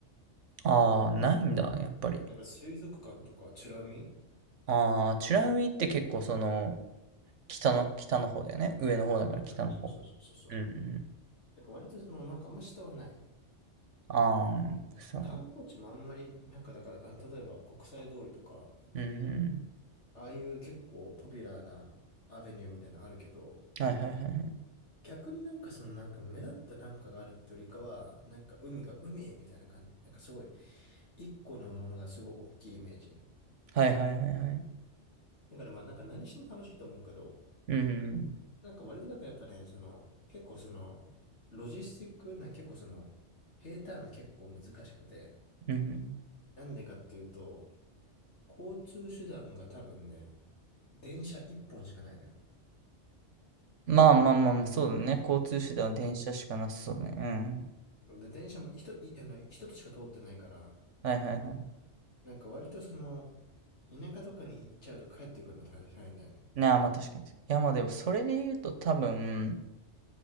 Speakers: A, on the right (about 80°); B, on the left (about 70°).
A: ああー、ないんだ、やっぱり。
B: やっぱ水族館とか、チュラミ
A: ああ、美ら海って結構その、北の、北の方だよね。上の方だから北の方。
B: うん、そうそうそうそう。
A: うんうん。
B: なんか割とその、なんかあんま下はない。
A: ああ、そう。
B: 観光地もあんまり、なんかだから、あの例えば国際通りとか、
A: うんう
B: ああいう結構ポピュラーなアベニューみたいなのあるけど、
A: ん。はいはいはいはい。
B: 逆になんかそのなんか目立ったなんかがあるってよりかは、なんか海が海みたいな感じ、なんかすごい、一個のものがすごい大きいイメージ。
A: はいはいはいはい。
B: だからまあなんか何しても楽しいと思うけど、
A: うんうん。
B: なんか割となんかやっぱね、その、結構その、ロジスティックなん結構その、平坦が結構難しくて、
A: うんうん。
B: なんでかっていうと、交通手段が多分ね、電車一本しかないのよ。
A: まあまあまあまあ、そうだね。交通手段は電車しかなさそうだね。
B: う
A: うん。
B: ん。で、電車も一、いあの、一つしか通ってないから、
A: はいはいはい。
B: なんか割とその、田舎とかに行っちゃうと帰ってくるの大変だよね。
A: なあ、まあ確かに。いやまあでも、それで言うと多分、